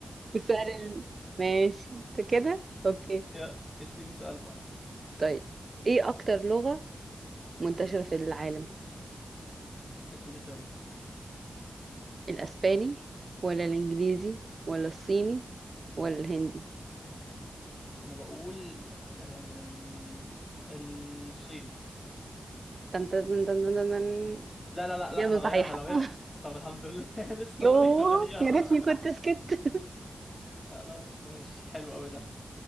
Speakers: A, on the right (about 55°); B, on the left (about 30°).
A: والسؤال ال... ماشي انت كده اوكي
B: <laughs> يا اديني سؤال بقى
A: طيب ايه اكتر لغة منتشرة في العالم
B: اديني خيارات
A: الاسباني ولا الانجليزي ولا الصيني ولا الهندي
B: انا بقول أم... الصيني
A: تن تن تن تن تن تن.
B: لا لا لا
A: اجابة
B: لا هغيرها
A: صحيحة
B: لو هي
A: <laughs>
B: طب الحمد لله <laughs> لسه
A: يوه
B: بقول لك هغيرها
A: يا ريتني كنت سكت
B: <laughs> خلاص ماشي حلو قوي ده